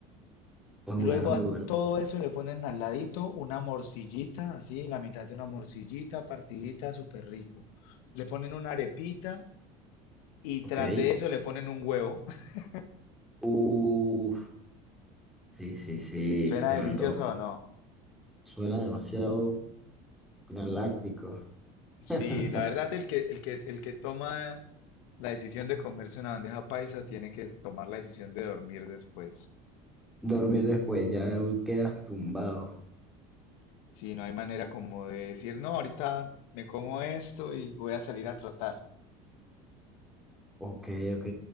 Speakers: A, in the centre; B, on the left (about 75°).
A: muy
B: Luego
A: bueno, muy
B: a
A: bueno.
B: todo eso le ponen al ladito una morcillita, así, la mitad de una morcillita, partidita, súper rico. Le ponen una arepita y
A: Ok.
B: tras de eso le ponen un huevo. <laughs>
A: Uf, sí, sí, sí,
B: ¿Suena
A: se me
B: delicioso
A: antoja.
B: o no?
A: Suena demasiado galáctico.
B: Sí,
A: <laughs>
B: la verdad, el que, el que, el que toma la decisión de comerse una bandeja paisa tiene que tomar la decisión de dormir después.
A: Dormir después, ya quedas tumbado.
B: Si no hay manera como de decir, no, ahorita me como esto y voy a salir a trotar.
A: Ok, ok.